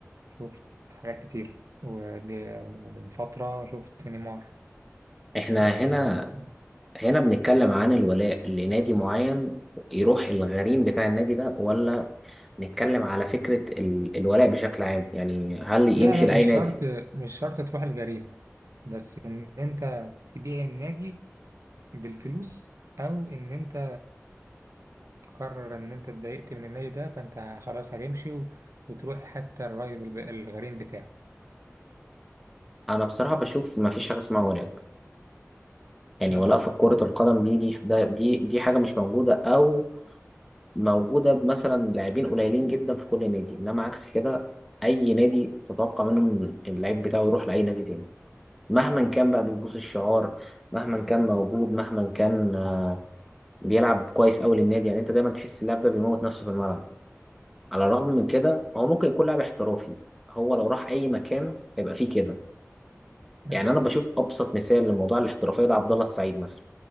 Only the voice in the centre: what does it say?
احنا
هنا
هنا بنتكلم عن الولاء لنادي معين يروح الغريم بتاع النادي ده ولا نتكلم على فكرة ال- الولاء بشكل عام يعني هل يمشي
لأي
نادي
انا بصراحة بشوف ما فيش حاجة اسمها ولاء يعني
ولاء في كرة القدم دي دي ده- دي دي حاجة مش موجودة او موجودة مثلا لاعبين قليلين جدا في كل نادي انما عكس كده اي نادي تتوقع منه إن اللعيب بتاعه يروح لأي نادي تاني مهما كان بقى بيبوس الشعار مهما كان موجود مهما كان بيلعب كويس قوي للنادي يعني انت دايما تحس اللاعب ده بيموت نفسه في الملعب على الرغم من كده هو ممكن يكون لاعب احترافي هو لو راح اي مكان هيبقى فيه كده يعني
انا بشوف ابسط مثال لموضوع الاحترافيه ده عبد الله السعيد مثلا